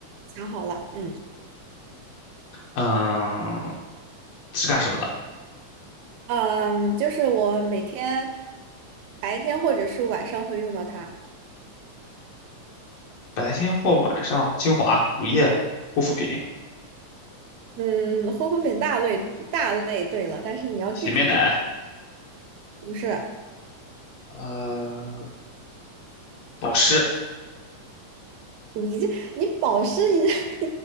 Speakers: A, on the right; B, on the left.
A: 想好了，嗯
B: 嗯，是干什么的？
A: 嗯，就是我每天白天或者是晚上会用到它，
B: 白天或晚上？精华、乳液、护肤品、
A: 嗯，护肤品大类大类，对了，但是你要具体一点，
B: 洗面奶，
A: 就是。
B: 呃，保湿
A: 你这你保湿，你这 <laughs>